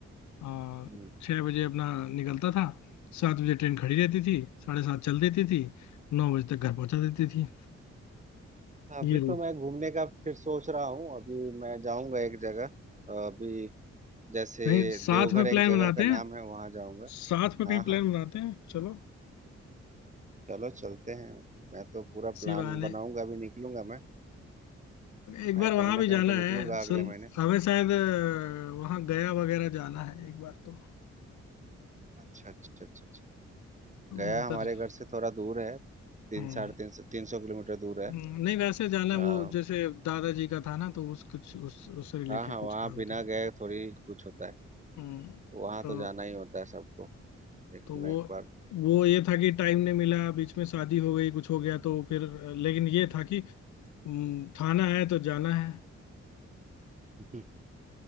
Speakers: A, on the left; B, on the right.
A: और
B: हम्म।
A: छः बजे अपना निकलता था सात बजे ट्रेन खड़ी रहती थी साढ़े सात चल देती थी नौ बजे तक घर पहुंचा देती थी
B: अभी
A: ये रूल
B: तो मैं घूमने का फिर सोच रहा हूँ अभी मैं जाऊँगा एक जगह अभी जैसे
A: कहीं साथ
B: देवघर
A: में
B: एक
A: प्लान
B: जगह
A: बनाते
B: का नाम
A: हैं
B: है वहाँ जाऊँगा
A: साथ में कहीं
B: हाँ
A: प्लान
B: हाँ
A: बनाते हैं चलो
B: चलो चलते हैं मैं तो पूरा
A: इसी
B: प्लान
A: बहाने
B: बनाऊंगा अभी निकलूंगा मैं
A: एक
B: मैं
A: बार
B: कहीं
A: वहां भी
B: ना कहीं
A: जाना
B: तो
A: है
B: निकलूंगा अगले
A: सल
B: महीने
A: हमें शायद वहां गया वगैरह जाना है एक बार तो
B: अच्छा अच्छा अच्छा अच्छा
A: तो
B: गया
A: उधर
B: हमारे घर से थोड़ा दूर है तीन
A: हम्म,
B: साढ़े तीन सौ तीन सौ किलोमीटर दूर है
A: नहीं वैसे जाना
B: आ,
A: है वो जैसे दादाजी का था ना तो उस कुछ उस उससे रिलेटेड
B: हाँ हाँ
A: कुछ
B: वहाँ
A: काम
B: बिना
A: था
B: गए थोड़ी कुछ होता है
A: हम्म,
B: वहाँ
A: तो
B: तो जाना ही होता है सबको देखो
A: तो वो
B: मैं एक बार
A: वो ये था कि टाइम नहीं मिला बीच में शादी हो गई कुछ हो गया तो फिर लेकिन ये था कि हम्म, थाना है तो जाना है
B: <laughs>